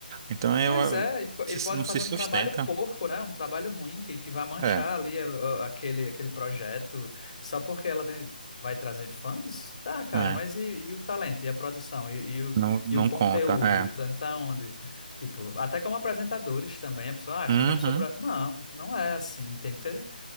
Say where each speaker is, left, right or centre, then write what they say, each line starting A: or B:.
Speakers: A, on the right (about 20°); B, on the left (about 50°).
A: Então é
B: Pois
A: uma-
B: é, e po-
A: se-
B: e pode
A: não
B: fazer
A: se sustenta.
B: um trabalho porco, né? Um trabalho ruim que, que vai manchar
A: É,
B: ali a- a- aquele, aquele projeto só porque ela tem, vai trazer fãs? Tá, cara,
A: é.
B: mas e, e o talento, e a produção, e, e o,
A: Não, não
B: e o conteúdo?
A: conta. É.
B: Tá tá onde? Tipo, até como apresentadores também, a pessoa acha,
A: Uhum,
B: qualquer pessoa. Pra... Não, não é assim. Tem que ter